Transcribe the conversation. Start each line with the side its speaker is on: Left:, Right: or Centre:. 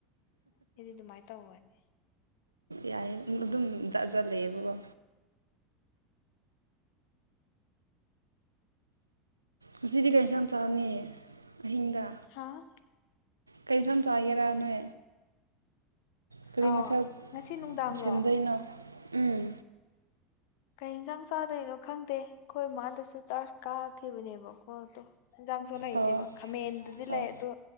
Left: ꯁꯤꯗꯤ ꯑꯗꯨꯃꯥꯏꯅ ꯇꯧꯒꯅꯤ
Right: ꯌꯥꯏꯌꯦ ꯑꯗꯨꯝ ꯖꯠꯖꯠꯂ ꯂꯩꯦꯕꯀꯣ ꯉꯗꯤ ꯀꯩ ꯏꯟꯁꯥꯡ ꯆꯥꯅꯤ ꯑꯍꯤꯡꯗ
Left: ꯍꯥꯥ
Right: ꯀꯩ ꯁꯝ ꯆꯥꯒꯦꯔꯥꯅꯦ ꯀꯔꯤ
Left: ꯑ
Right: ꯃꯊꯛ
Left: ꯉꯁꯤ ꯅꯨꯡꯗꯥꯡꯔꯣ
Right: ꯁꯦꯝꯗꯣꯏꯅꯣ ꯎꯝ
Left: ꯀꯩ ꯏꯟꯖꯥꯡ ꯆꯥꯗꯣꯏꯅꯣ ꯈꯪꯗꯦ ꯈꯣꯏ ꯃꯥꯗꯨꯁꯨ ꯆꯥꯔ꯭ꯁ ꯀꯥ ꯀꯦꯕꯕ ꯀꯣ ꯇꯣ ꯌꯥꯥꯁꯣ ꯂꯩꯇꯦꯕ
Right: ꯑꯣ
Left: ꯈꯥ ꯃꯦꯟꯦꯟꯗꯨꯗꯤ
Right: ꯑꯣ
Left: ꯂꯩꯦ ꯇꯣ